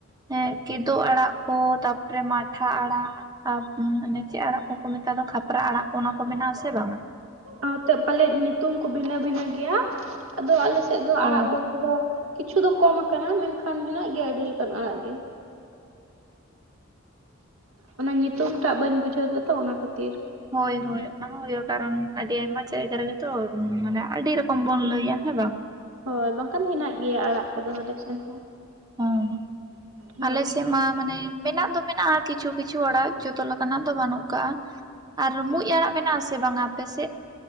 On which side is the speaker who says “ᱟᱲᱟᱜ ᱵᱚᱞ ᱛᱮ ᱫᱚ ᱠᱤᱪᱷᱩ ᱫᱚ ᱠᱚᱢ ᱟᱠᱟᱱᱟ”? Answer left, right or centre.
Right